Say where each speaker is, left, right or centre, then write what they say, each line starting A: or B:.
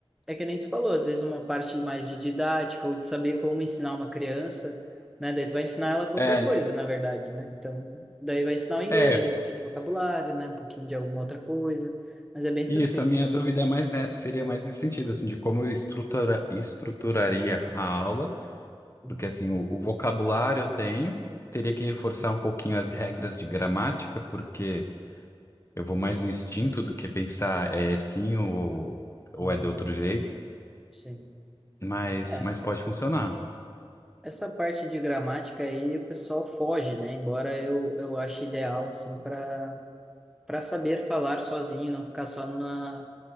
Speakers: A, in the centre; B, on the left (about 25°).
A: é que nem tu falou, às vezes uma parte mais de didática ou de saber como ensinar uma criança, né? Daí tu vai ensinar ela qualquer
B: É,
A: coisa, na verdade, né? Então, daí vai ensinar o inglês
B: é,
A: ali, um pouquinho de vocabulário, né? Um pouquinho de alguma outra coisa, mas é bem tranquilo.
B: isso, a minha dúvida é mais, né, seria mais nesse sentido, assim, de como eu estrutura, estruturaria a aula,
A: Uhum,
B: porque assim, o, o vocabulário eu tenho, teria que reforçar
A: Sim.
B: um pouquinho as regras de gramática, porque Eu vou mais no instinto do que pensar é sim ou, ou
A: Uhum,
B: é de outro jeito,
A: sim.
B: mas,
A: É,
B: mas pode funcionar.
A: essa parte de gramática aí o pessoal foge, né? Embora eu, eu ache ideal, assim, para para saber falar sozinho, não ficar só na